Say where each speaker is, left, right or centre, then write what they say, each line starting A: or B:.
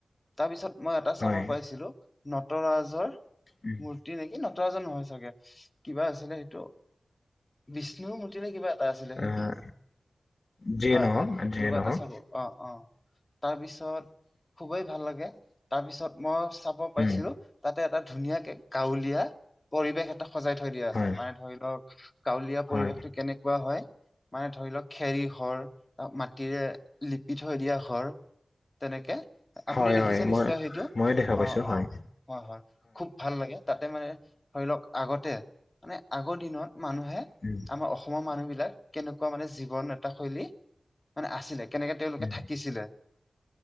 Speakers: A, on the left; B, on the left.
A: তাৰপিছত মই এটা
B: হয়
A: চাব পাৰিছিলো ন নটৰাজৰ
B: উম,
A: মূৰ্তি নেকি নটৰাজৰ নহয় চাগে কিবা আছিলে সেইটো বিষ্ণুৰ মূৰ্তি নে কিবা এটা আছিলে সেইটো
B: আহ, যিয়ে
A: হয়,
B: নহওক
A: হয়
B: যিয়ে
A: তেনেকুৱা
B: নহওক
A: এটা চাব অ', অ', তাৰপিছত খুবেই ভাল লাগে তাৰ পিছত মই চাব পাৰিছিলো
B: উম,
A: তাত তাতে এটা ধুনীয়াকে গাঁৱলীয়া পৰিৱেশ এটা সজাই থৈ দিয়া
B: হয়
A: আছে মানে ধৰি লওক ল পৰিৱেশটো
B: হয়
A: কেনেকুৱা হয় মানে ধৰি লওক খেৰী হৰ মাটিৰে লিপি থৈ দিয়া ঘৰ তেনেকে আপুনি
B: হয়
A: দেখিছে
B: হয় মই
A: নিশ্চয় সেইটো
B: ময়ে দেখা পাইছো
A: অ',
B: হয়
A: অ', হয়, হয় খুব ভাল লাগে তাতে মানে ধৰি লওক আগত মানে আগৰ দিনত মানুহে
B: উম,
A: আমাৰ অসমৰ মানুহ বিলাক কেনেকুৱা মানে জীৱন এটা শৈলী মানে আছিলে কেনেকে তেওঁলোকে
B: উম,
A: থাকিছিলে